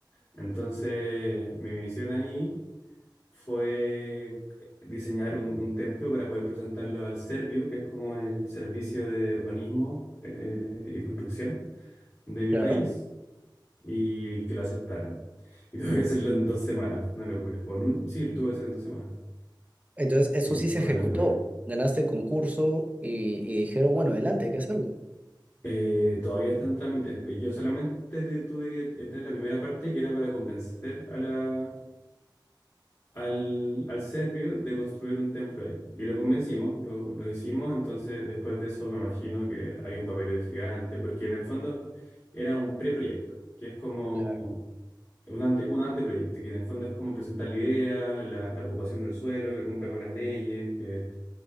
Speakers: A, on the left; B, on the right.
A: Entonces, mi misión ahí fue diseñar un, un templo para poder presentarlo al Serviu, que es como el servicio de urbanismo eh, y construcción de
B: Claro.
A: mi país, y que lo aceptaran. Y <laughs> tuve que hacerlo en dos semanas, fue una locura. O en un, sí, lo tuve que hacer en dos semanas.
B: Entonces,
A: Sí,
B: eso sí
A: fue
B: se ejecutó.
A: una locura.
B: Ganaste el concurso y, y dijeron, bueno, adelante, hay que hacerlo.
A: Eh, todavía está en trámite. Yo solamente te- tuve que entrar en la primera parte que era para convencer a la, al, al serbio de construir un templo ahí. Y lo convencimos, lo, lo hicimos, entonces después de eso me imagino que hay un papeleo gigante, porque en el fondo era un preproyecto, que es como
B: Claro,
A: un, ante, un anteproyecto, que en el fondo es como presentar la idea, la, la ocupación del suelo, que cumpla con las leyes, que